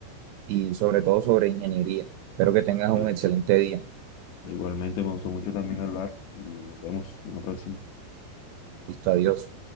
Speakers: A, on the right; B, on the left.
A: y sobre todo sobre ingeniería. Espero que tengas
B: Sí,
A: un excelente día.
B: igualmente me gustó mucho también hablar y nos vemos en la próxima.
A: Listo, adiós.